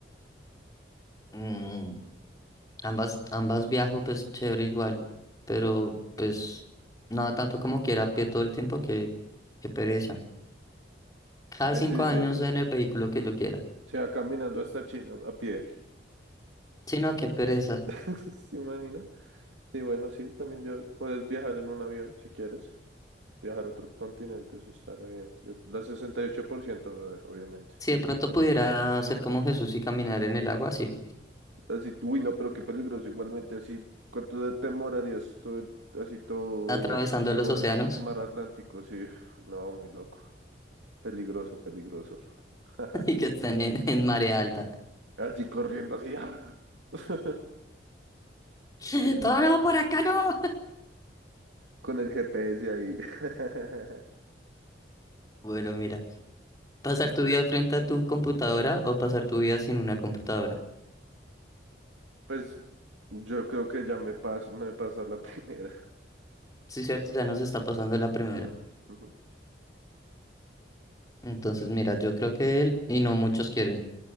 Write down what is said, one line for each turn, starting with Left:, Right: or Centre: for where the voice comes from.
Left: Mm. Ambas, ambas viajo, pues chévere igual, pero pues nada tanto como quiera a pie todo el tiempo que, que pereza. Cada
Right: Pues
Left: cinco
Right: sí,
Left: años
Right: ¿cierto?
Left: en
Right: Sí.
Left: el vehículo que yo quiera.
Right: Se va caminando hasta China a pie.
Left: Si no, qué pereza.
Right: <laughs> ¿Se imagina? Sí, bueno, sí, también yo puedes viajar en un avión si quieres. Viajar a otro continente, eso está re bien. Yo, la 68%, brother, obviamente.
Left: Si de pronto pudiera hacer como Jesús y caminar en el agua así,
Right: Así, uy, no, pero qué peligroso. Igualmente, así, ¿cuánto de temor harías todo, el- así todo,
Left: atravesando
Right: todo
Left: los océanos
Right: el mar Atlántico? Así, uf, no, muy loco. Peligroso, peligroso. <laughs>
Left: <laughs> y que estén en, en marea alta.
Right: Así corriendo, así, ¡ah! <laughs>
Left: <laughs> Todo no, por acá no.
Right: con el G P S ahí. <laughs>
Left: Bueno, mira, pasar tu vida frente a tu computadora o pasar tu vida sin una computadora.
Right: Pues yo creo que ya me paso, me pasa la <laughs> primera.
Left: Sí, cierto, ya nos está pasando la primera.
Right: Mm, ujú.
Left: Entonces, mira, yo creo que él y no muchos quieren.